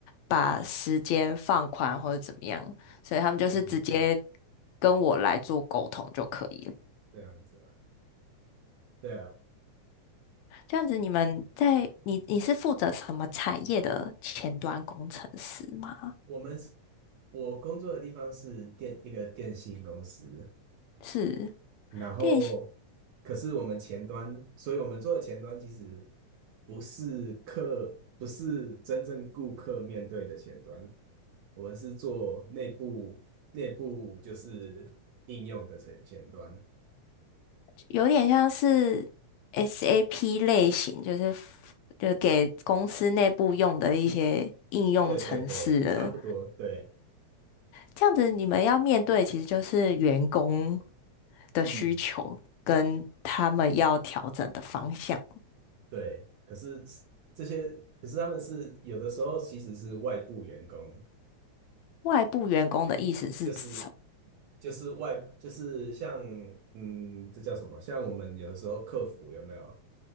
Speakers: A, on the left; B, on the right.
A: 把时间放宽或者怎么样，所以他们就是直接
B: 嗯，嗯
A: 跟我来做沟通就可以了。
B: 这样子啊，对啊，
A: 这样子，你们在你你是负责什么产业的前端工程师吗？
B: 我们是我工作的地方是电一个电信公司，
A: 是
B: 然后可是我们前端，
A: 练习
B: 所以我们做的前端其实不是客，不是真正顾客面对的前端，我们是做内部内部就是应用的前前端。
A: 有点像是 SAP 类型，就是就给公司内部用的一些应用程式的。
B: 对对对，差不多，对，
A: 这样子，你们要面对其实就是员工的需求跟他们要调整的方向。
B: 嗯，对。可是这些，可是他们是有的时候其实是外部员工，
A: 外部员工的意思是指什么？
B: 就是就是外就是像嗯，这叫什么？像我们有的时候客服有没有